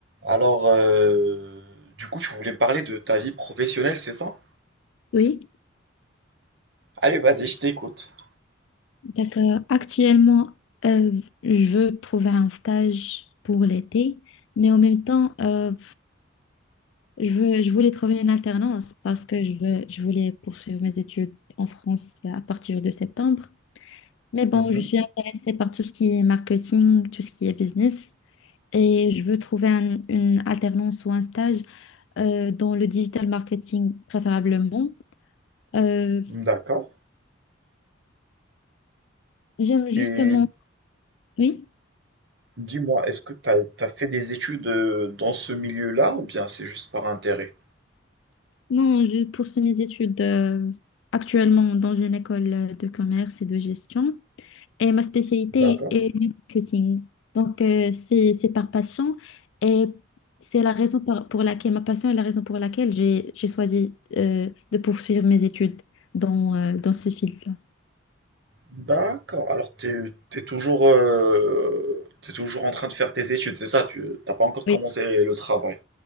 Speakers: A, on the right; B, on the left.
A: Alors, euh, du coup, tu voulais me parler de ta vie professionnelle, c'est ça?
B: Oui,
A: Allez, vas-y, je t'écoute.
B: Donc, euh, actuellement, euh, je veux trouver un stage pour l'été, mais en même temps, euh, je veux, je voulais trouver une alternance parce que je veux, je voulais poursuivre mes études en France à partir de septembre. Mais bon,
A: Mhm.
B: je suis intéressée par tout ce qui est marketing, tout ce qui est business, et je veux trouver un- une alternance ou un stage euh, dans le digital marketing préférablement. Euh,
A: D'accord.
B: j'aime justement...
A: Et
B: Oui.
A: dis-moi, est-ce que tu as, fait des études euh, dans ce milieu-là ou bien c'est juste par intérêt?
B: Non, je poursuis mes études euh, actuellement dans une école euh, de commerce et de gestion. Et ma spécialité
A: D'accord.
B: est le marketing. Donc, euh, c'est, c'est par passion. Et c'est la raison par- pour laquelle, ma passion est la raison pour laquelle j'ai, j'ai choisi euh, de poursuivre mes études dans, euh, dans ce fil-là.
A: D'accord. Alors, tu es, toujours, euh, t'es toujours en train de faire tes études, c'est ça? Tu t'as pas encore
B: Oui.
A: commencé le travail.